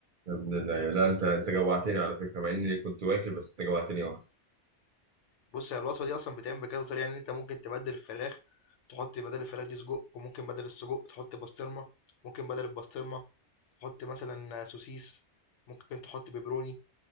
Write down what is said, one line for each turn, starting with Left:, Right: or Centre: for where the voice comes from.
Right: يا ابن الله لا انت انت جوعتني على فكره مع اني كنت واكل بس انت جوعتني اكتر
Left: بص هي الوصفة دي أصلا بتتعمل بكذا طريقة يعني أنت ممكن تبدل الفراخ تحط بدل الفراخ دي سجق وممكن بدل السجق تحط بسطرمة ممكن بدل البسطرمة تحط مثلا سوسيس ممكن تحط بيبروني